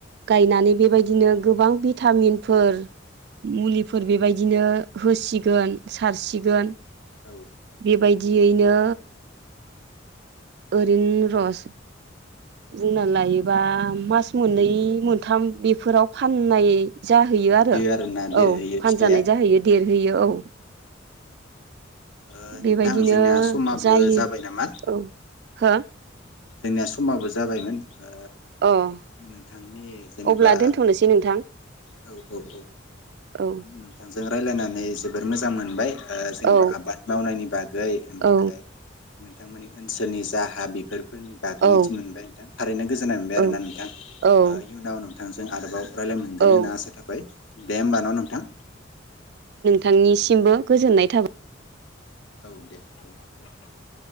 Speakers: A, on the right; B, on the left.
A: गायनानै बेबायदिनो गोबां भिटामिनफोर। मुलिफोर बेबायदिनो होसिगोन सारसिगोन।
B: औ
A: बेबायदि। दियैनो। ओरै रस। बुंना लायोबा मास मोननै मोनथाम बेफोराव फाननाय। जाहैयो आरो
B: आरोना देरहैयो
A: औ फानजानाय
B: फिथाइया
A: जाहैयो देर होयो औ
B: ओ
A: बेबायदिनो
B: नोंथां जोंनिया समाबो
A: जायो
B: जाबाय नामा
A: औ हो
B: जोंनिया समाबो जाबायमोन ओ
A: अ
B: नोंथांनि जेनेबा
A: अब्ला दोनथ'नोसै नोंथां
B: औ औ औ
A: औ
B: नोंथांजों रायजलायनानै जोबोर मोजां मोनबाय जेनेबा
A: औ
B: आबाद मावनायनि बागै ओ
A: औ
B: नोंथांमोननि ओनसोलनि जा हा बेफोर फोरनि बागै
A: औ
B: मिथिनो मोनबाय नोंथां थारैनो गोजोननाय मोनबाय
A: औ
B: आरो ना नोंथां
A: औ
B: इयुनाव नों बिथांजों आरोबाव रायलाय मोनगोन
A: औ
B: होनना आसा थाबाय दे होमबा ना नोंथां
A: थांनिसिमबो गोजोननाय थाबाय
B: औ दे औ औ